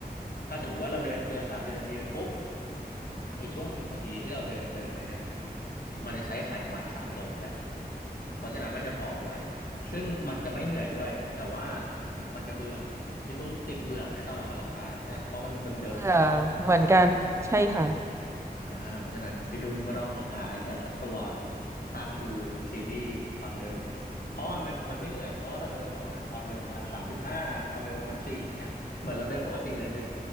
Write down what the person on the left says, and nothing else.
ถ้าสมมุติว่าเราเดินเกินสามสิบนาทีไปปุ๊บไอช่วงสิบนาทีที่เราเดินเกินไปเนี่ยมันจะใช้ไขมันสะสมแล้วเพราะฉะนั้นมันจะผอมไวซึ่งมันจะไม่เหนื่อยด้วยแต่ว่ามันจะเบื่อพี่ตุ้มติดเบื่อไหมตอนออกกำลังกายใช่ปะเพราะมันเดิมๆใช่ไหม
อ่าเพราะฉะนั้นพี่ตุ้มก็ต้องหา iPad สักตัวตั้งดูซีรีส์ตอนเดินเพราะมันมันไม่เหนื่อยเพราะว่าเราเดินประมาณความเร็วประมาณสามจุดห้าความเร็วประมาณสี่อย่างเงี้ยเหมือนเราเดินปกติเลยเดิน